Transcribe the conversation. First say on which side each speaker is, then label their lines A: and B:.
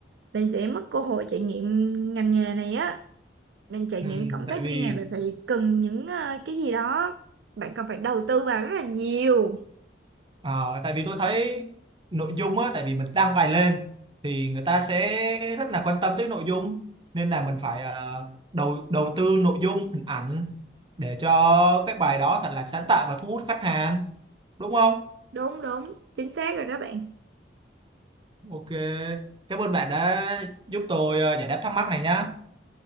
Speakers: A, on the right; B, on the right.
A: bạn sẽ mất cơ hội trải nghiệm ngành nghề này á. Mình trải
B: ừ,
A: nghiệm cộng
B: tại
A: tác
B: vì
A: viên này bạn phải cần những ờ, cái gì đó bạn cần phải đầu tư vào rất là nhiều.
B: Ờ, tại vì tôi thấy nội dung á, tại vì mình đăng bài lên thì người ta sẽ rất là quan tâm tới nội dung nên là mình phải ờ, đầu đầu tư nội dung hình ảnh để cho cái bài đó thật là sáng tạo và thu hút khách hàng đúng không?
A: Đúng đúng, chính xác rồi đó bạn.
B: Ok, cảm ơn bạn đã giúp tôi ờ, giải đáp thắc mắc này nhá.